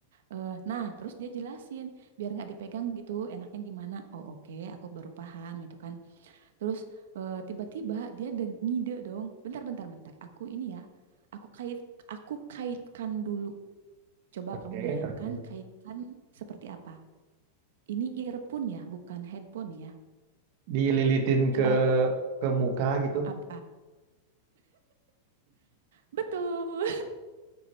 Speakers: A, on the right; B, on the right.
A: Eh, nah terus dia jelasin biar nggak dipegang gitu enaknya gimana oh oke aku baru paham gitu kan Terus eh, tiba-tiba dia ada ngide dong. Bentar, bentar, bentar. Aku ini ya, aku kait, aku kaitkan dulu. Coba
B: Oke,
A: kamu bayangkan
B: oke.
A: kaitkan seperti apa. Ini earphone ya, bukan headphone ya.
B: Dililitin
A: Coba
B: ke ke muka gitu.
A: apa? Betul,